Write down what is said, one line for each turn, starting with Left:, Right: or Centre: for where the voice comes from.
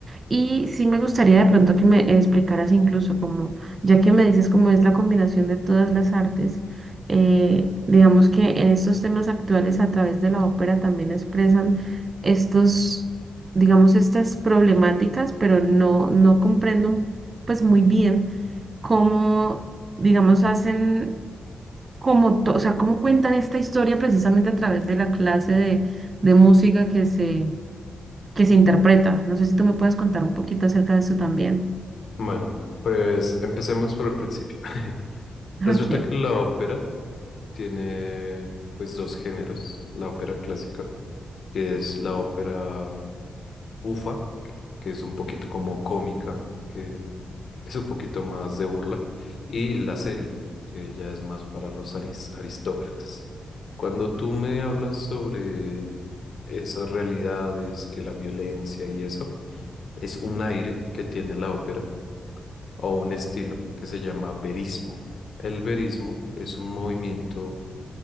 Right: y sí me gustaría de pronto que me explicaras incluso como, ya que me dices cómo es la combinación de todas las artes, eh, digamos que en estos temas actuales a través de la ópera también expresan estos, digamos, estas problemáticas, pero no, no comprendo pues muy bien cómo, digamos, hacen, como to- o sea, cómo cuentan esta historia precisamente a través de la clase de, de música que se que se interpreta. No sé si tú me puedes contar un poquito acerca de eso también.
Left: Bueno, pues empecemos por el principio.
Right: Ok.
Left: Resulta que la ópera tiene pues dos géneros, la ópera clásica, que es la ópera bufa, que es un poquito como cómica, que es un poquito más de burla, y la seria, que ya es más para los aris- aristócratas. Cuando tú me hablas sobre esas realidades, que la violencia y eso, es un aire que tiene la ópera o un estilo que se llama verismo. El verismo es un movimiento